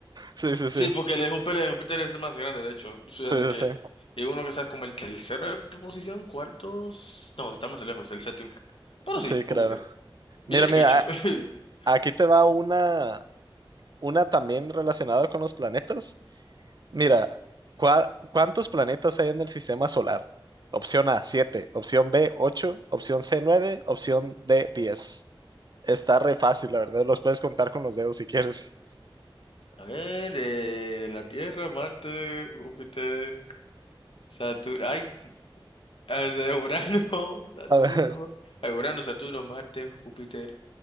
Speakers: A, on the right; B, on the left.
A: Sí, sí, sí,
B: Sí, porque el de Júpiter, el de Júpiter es el más grande, de hecho. Fíjate
A: sí,
B: que.
A: sí, sí,
B: Y uno que está como el tercero de posición, cuartos. No, está más lejos, el séptimo. Pero
A: sí,
B: sí,
A: claro.
B: Júpiter. Bien
A: Mira, mira,
B: hecho.
A: a-
B: <laughs>
A: aquí te va una, una también relacionada con los planetas. Mira, ¿cuá- ¿cuántos planetas hay en el sistema solar? Opción A, 7. opción B, 8. opción C, 9. opción D, 10. Está re fácil, la verdad, los puedes contar con los dedos si quieres.
B: A ver, eh, la Tierra, Marte, Júpiter. Saturno, ay, o sea, Urano, <laughs> Saturno,
A: A ver, <laughs>
B: ay, Urano, Saturno, Marte, Júpiter,